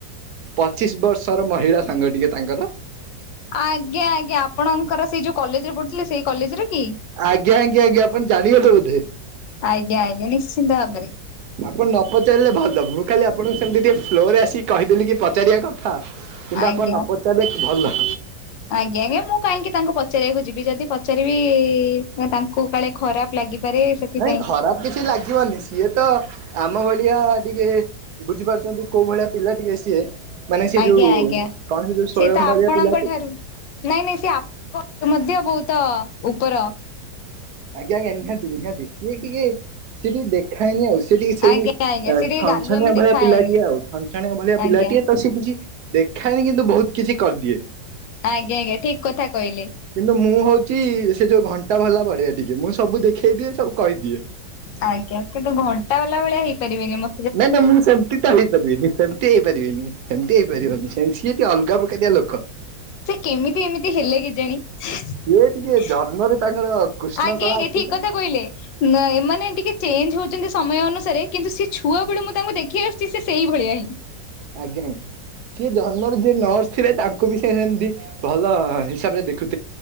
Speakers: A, on the right; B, on the left.
A: ପଚିଶ ବର୍ଷର ମହିଳା ସାଙ୍ଗ ଟିକେ ତାଙ୍କର।
B: ଆଜ୍ଞା ଆଜ୍ଞା ଆପଣଙ୍କର ସେଇ ଯୋଉ କଲେଜରେ ପଢୁଥିଲେ ସେଇ କଲେଜର କି।
A: ଆଜ୍ଞା ଆଜ୍ଞା ଆଜ୍ଞା ଆପଣ ଜାଣିଗଲେ ବୋଧେ।
B: ଆଜ୍ଞା ଆଜ୍ଞା ନିଶ୍ଚିନ୍ତ ଭାବରେ
A: ଆପଣ ନ ପଚାରିଲେ ଭଲ ହବ ମୁଁ ଖାଲି ଆପଣଙ୍କୁ ସେମିତି ଟିକେ ଫ୍ଲୋରରେ ଆସିକି କହିଦେଲି କି ପଚାରିବା କ ହଁ କିନ୍ତୁ
B: ଆଜ୍ଞା
A: ଆପଣ ନ ପଚାରିଲେ ଭଲ।
B: ଆଜ୍ଞା ଆଜ୍ଞା ମୁଁ କାହିଁକି ତାଙ୍କୁ ପଚାରିବାକୁ ଯିବି ଯଦି ପଚାରିବି ନା ତାଙ୍କୁ କାଳେ ଖରାପ ଲାଗିପାରେ। ସେଥିପାଇଁ
A: ନାଇଁ ଖରାପ କିଛି ଲାଗିବନି ସିଏ ତ ଆମ ଭଳିଆ ଟିକେ ବୁଝିପାରୁଛନ୍ତି କୋଉ ଭଳିଆ ପିଲା ଟିକେ ସିଏ। ମାନେ ସିଏ
B: ଆଜ୍ଞା
A: ଯୋଉ
B: ଆଜ୍ଞା
A: କଣ ସେ ଯୋଉ ସୋୟମ୍
B: ତ
A: ଭଳିଆ
B: ଆପଣଙ୍କ
A: ପିଲାଟେ।
B: ଠାରୁ ନାଇଁ ନାଇଁ ସେ ଆପ ମଧ୍ୟ ବୋହୁତ ଉପର।
A: ଆଜ୍ଞା ଆଜ୍ଞା ନିହାତି ନିହାତି ସିଏ ଟିକେ ସିଏ ଟିକେ ଦେଖାଏନି ଆଉ ସିଏ ଟିକେ ସେଇ
B: ଆଜ୍ଞା
A: ଏଁ
B: ଆଜ୍ଞା ସେ ଟିକେ
A: ଛନଛନିଆ
B: ଗାଲୁଆମି
A: ଭଳିଆ
B: ଦେଖାଏନି
A: ପିଲାଟିଏ ଆଉ ଛନଛନଆ ଭଳିଆ
B: ଆଜ୍ଞା
A: ପିଲାଟିଏ ତ ସେ କିଛି ଦେଖାଏନି କିନ୍ତୁ ବୋହୁତ କିଛି କରିଦିଏ।
B: ଆଜ୍ଞା ଆଜ୍ଞା ଠିକ କଥା କହିଲି।
A: କିନ୍ତୁ ମୁଁ ହୋଉଚି ସେ ଯୋଉ ଘଣ୍ଟା ଭଲା ଭଳିଆ ଟିକେ ମୁଁ ସବୁ ଦେଖେଇ ଦିଏ ସବୁ କହିଦିଏ।
B: ଆଜ୍ଞା କିନ୍ତୁ ଘଣ୍ଟା ବାଲା ଭଳିଆ ହେଇପାରିବେନି ମ
A: ନାଇଁ ନାଇଁ ମୁଁ ସେମିତି ତ ହେଇପାରିବିନି ସେମ୍ ତି ହେଇପାରିବେନି ଏମିତି ହେଇପାରିବନି ସେ ସିଏ ଟିକେ ଅଲଗା ପ୍ରକାରିଆ ଲୋକ।
B: ସେ କେମିତି ଏମିତି ହେଲେ କେଜାଣି।
A: <inaudible>
B: ଆଜ୍ଞା
A: ଜନ୍ମରୁ ତାଙ୍କର କୃଷ୍ଣ କଳା
B: ଆଜ୍ଞା
A: ଅଛି
B: ଠିକ
A: ତ
B: କଥା କହିଲେ ମାଏ ମାନେ ଟିକେ ଚେଞ୍ଜ ହୋଉଚନ୍ତି ସମୟ ଅନୁସାରେ କିନ୍ତୁ ସେ ଛୁଆ ବେଳୁ ମୁଁ ତାଙ୍କୁ ଦେଖି ଆସୁଛି ସେ ସେଇ ଭଳିଆ ହିଁ।
A: ଆଜ୍ଞା ଆଜ୍ଞା। ସିଏ ଜନ୍ମରୁ ଯିଏ ନର୍ସ ଥିଲେ ତାଙ୍କୁ ବି ସେ ସେମିତି ଭଲ ହିସାବରେ ଦେଖୁ